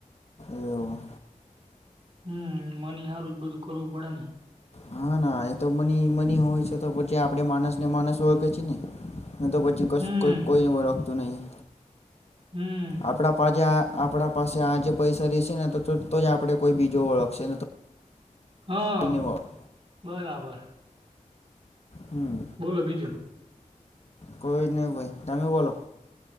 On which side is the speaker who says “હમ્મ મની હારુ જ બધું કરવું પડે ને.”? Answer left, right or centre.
Right